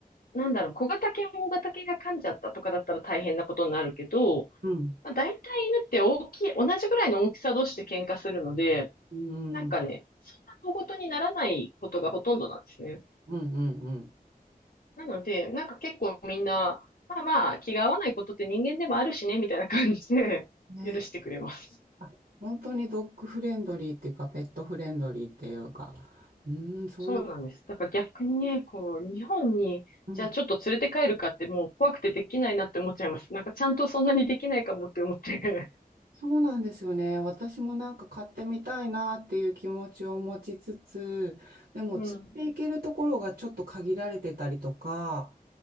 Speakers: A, on the left; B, on the right.
A: なんだろう、小型犬、大型犬が噛んじゃったとかだったら大変なことになるけど、
B: うん、
A: まあ、大体犬って大きい、同じぐらいの大きさ同士で喧嘩するので、
B: うん、
A: なんかね、
B: うん、
A: そんな小事にならないことがほとんどなんですね。
B: うん。うん
A: なので、なんか結構みんな、まあまあ、気が合わないことって人間でもあるしね、みたいな感じで許してくれます。
B: ねえあ、本当にドッグフレンドリーっていうか、ペットフレンドリーっていうか、うーん、そういう、
A: そうなんです。だから逆にね、こう、日本に、
B: うん、
A: じゃあちょっと連れて帰るかってもう怖くてできないなって思っちゃいます。なんかちゃんとそんなにできないかもって思って。
B: そうなんですよね。私もなんか買ってみたいなっていう気持ちを持ちつつ、でも連れて行けるところがちょっと限られてたりとか、
A: <laughs> うん。